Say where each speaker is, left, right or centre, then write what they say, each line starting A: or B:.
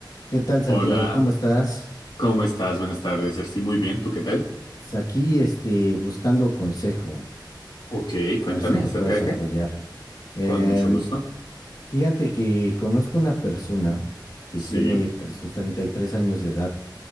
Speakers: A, on the left; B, on the left.
A: ¿Qué tal, Santiago?
B: Hola,
A: ¿Cómo estás?
B: ¿cómo estás? Buenas tardes, Jersey. Muy bien, ¿tú qué tal?
A: Es Aquí, este, buscando consejo,
B: Ok, cuéntame,
A: a ver si me
B: ¿acerca
A: puedes
B: de
A: apoyar.
B: qué?
A: Em,
B: Con mucho gusto.
A: fíjate que conozco una persona que
B: Sí,
A: tiene tre- sus 33 años de edad,